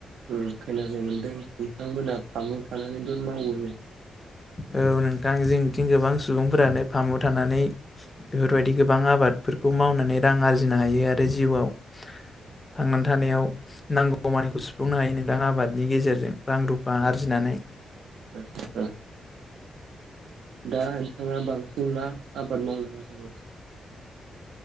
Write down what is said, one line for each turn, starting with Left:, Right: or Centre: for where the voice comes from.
Right: ओ खोनानो मोनदों नोंथांमोना फामचआव थानानैथ मावोनो
Left: औ नोंथां जोंथिं गोबां सुबुंफोरानो फामु थानानै बेफोरबायदि गोबां आबाद फोरफोरखौ मावनानै रां आरजिनो हायो आरो जिउआव थांनानै थानायाव नांगौ मानिखौ सुफुंनो हायो नोंथां आबादनि गेजेरजों रां रुफा
Right: ओ
Left: आरजिनानै
Right: ओ ओ दा नोंथाङा बांसिन मा आबाद मावनो मोजां मोनो